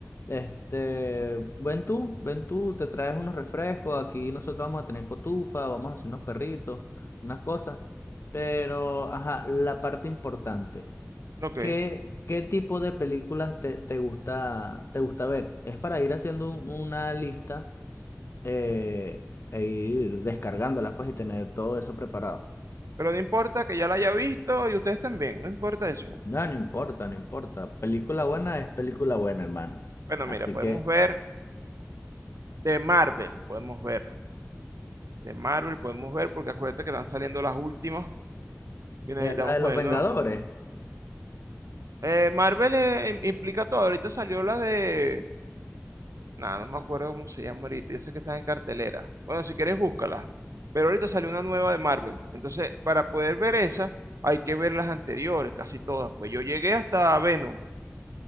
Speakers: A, on the left; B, on the right.
A: Este, ven tú, ven tú, te traes unos refrescos, aquí nosotros vamos a tener cotufa, vamos a hacer unos perritos, unas cosas. Pero, ajá, la parte importante,
B: ok.
A: ¿qué, qué tipo de películas te, te gusta, te gusta ver? Es para ir haciendo un- una lista eh, e ir descargándolas pues y tener todo eso preparado.
B: Pero no importa que ya la haya visto y ustedes también, no importa eso.
A: No, no importa, no importa. Película buena es película buena, hermano.
B: Bueno,
A: Así
B: mira, podemos
A: que,
B: ver de Marvel, podemos ver. De Marvel podemos ver porque acuérdate que están saliendo las últimas y necesitamos
A: eh, la de
B: ponernos...
A: los Vengadores.
B: Eh, Marvel eh, implica todo. Ahorita salió la de... Nada, no me acuerdo cómo se llama ahorita. Yo sé que está en cartelera. Bueno, si quieres, búscala. Pero ahorita salió una nueva de Marvel. Entonces, para poder ver esa, hay que ver las anteriores, casi todas. Pues yo llegué hasta Venom.